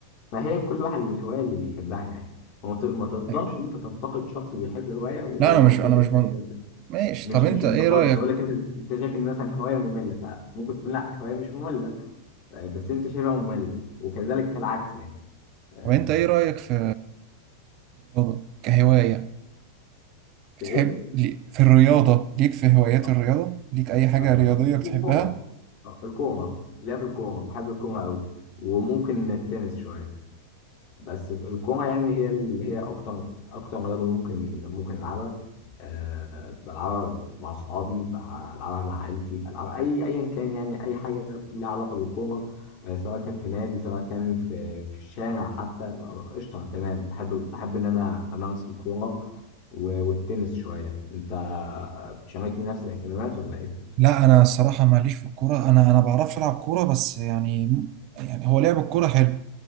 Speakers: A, on the left; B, on the right.
A: فهي كل واحد والهواية اللي بيحبها يعني وما ت- ما تقدرش
B: ايوه
A: ان انت تنتقد شخص بيحب هواية و-
B: لا انا مش
A: وانت
B: انا
A: بتحب
B: مش بن...
A: هواية.
B: ماشي
A: مش
B: طب
A: مش
B: انت
A: انتقاد
B: ايه رأيك
A: بس بقول لك انت انت شايف ان مثلا هواية مملة فممكن تكون لا هواية مش مملة آه، بس انت شايفها مملة وكذلك العكس يعني آه،
B: طب انت ايه رأيك في رياضة كهواية بتحب
A: في ايه؟
B: لي- في الرياضة ليك في هوايات
A: آه.
B: الرياضة ليك أي حاجة
A: آه،
B: رياضية
A: الكورة
B: بتحبها؟
A: آه، الكورة ليا في الكورة بحب الكورة أوي وممكن التنس شوية بس الكورة يعني هي اللي هي أكتر أكتر رياضة ممكن ممكن ألعبها أه بلعبها مع صحابي بلعبها مع عائلتي بلعبها أي أيا كان يعني أي حاجة ليها علاقة بالكورة آه، سواء كان في نادي سواء كان في في الشارع حتى آه، قشطة تمام بحب بحب إن أنا أمارس الكورة و- والتنس شوية أنت بتشاركني نفس الاهتمامات ولا إيه؟
B: لا انا الصراحه ماليش في الكوره انا انا بعرفش العب كوره بس يعني يعني هو لعب الكوره حلو